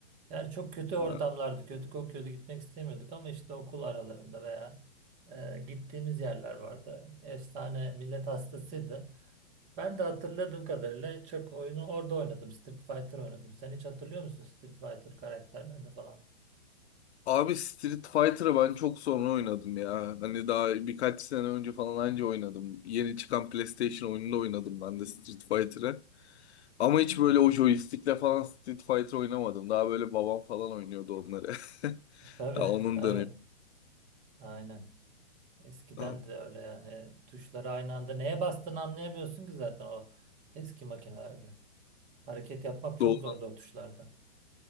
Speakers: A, on the right; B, on the left.
A: Yani çok kötü ortamlardı.
B: Ha.
A: Kötü kokuyordu. Gitmek istemiyorduk ama işte okul aralarında veya e, gittiğimiz yerler vardı. Efsane millet hastasıydı. Ben de hatırladığım kadarıyla çok oyunu orada oynadım. Street Fighter oynadım. Sen hiç hatırlıyor musun Street Fighter karakterlerini falan?
B: Abi Street Fighter'ı ben çok sonra oynadım ya. Hani daha birkaç sene önce falan anca oynadım. Yeni çıkan PlayStation oyununda oynadım ben de Street Fighter'ı. Ama hiç böyle o joystick'le falan Street Fighter oynamadım. Daha böyle babam falan oynuyordu onları. <laughs>
A: Tabii
B: Daha onun
A: tabii.
B: dönemi.
A: Aynen. Eskiden
B: Ha,
A: de öyle yani tuşları aynı anda neye bastığını anlayamıyorsun ki zaten o eski makinelerde. Hareket yapmak çok
B: Doğru.
A: zordu o tuşlarda.